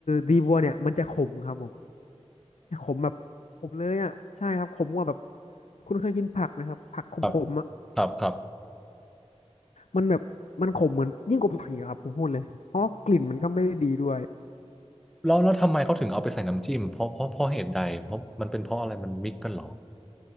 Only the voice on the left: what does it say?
ดีบัวเนี่ยมันจะขมครับผมขมแบบขมเลยอ่ะใช่ครับขมกว่าแบบคุณเคยกินผักไหมครับผักขมๆอ่ะ
มันแบบมันขมเหมือนยิ่งกว่าผักอีกอะครับผมพูดเลยเพราะว่ากลิ่นมันก็ไม่ได้ดีด้วย